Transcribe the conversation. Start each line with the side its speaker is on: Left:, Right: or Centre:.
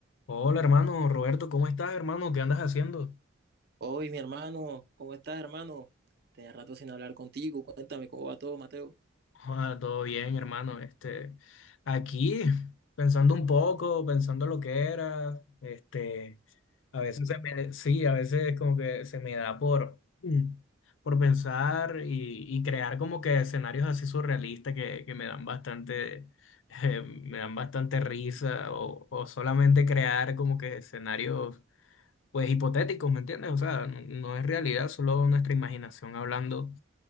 Left: Hola hermano Roberto, ¿cómo estás hermano? ¿Qué andas haciendo?
Right: Hoy, mi hermano, ¿cómo estás, hermano? Tenía rato sin hablar contigo. Cuéntame cómo va todo, Mateo.
Left: Ah, todo bien hermano, este, aquí pensando un poco, pensando lo que era, este, a veces se me, sí, a veces como que se me da por, mm, por pensar y, y crear como que escenarios así surrealistas que, que me dan bastante, <laughs> eh, me dan bastante risa o, o solamente crear como que escenarios pues hipotéticos, ¿me entiendes? O sea, no, no es realidad, solo nuestra imaginación hablando.